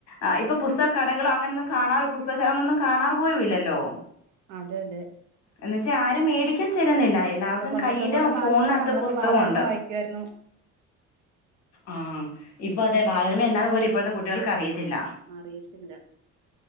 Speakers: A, on the left (about 60°); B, on the right (about 85°).
A: ആഹ് ഇപ്പൊ പുസ്തക കടകളോ അങ്ങനൊന്നും കാണാറ് പുസ്തക അങ്ങൊന്നും കാണാറ് പോലും ഇല്ലല്ലോ
B: അതെ അതെ
A: എന്ന വച്ചാ ആരും മേടിക്കാൻ ചെല്ലുന്നില്ല എല്ലാവർക്കും
B: ഇപ്പൊ പണ്ടത്തെ
A: കയ്യിലും
B: പോലെ ബാലരമ
A: ഫോണിനകത്ത്
B: അല്ല നമ്മളൊക്കെ
A: പുസ്തകമുണ്ട്
B: ബാലരമ വായിക്കുവായിരുന്നു
A: ആഹ് ഇപ്പൊ അതെ ബാലരമ എന്നാ ന്ന് പോലും ഇപ്പോഴത്തെ കുട്ടികൾക്ക് അറിയത്തില്ല
B: അറിയത്തില്ല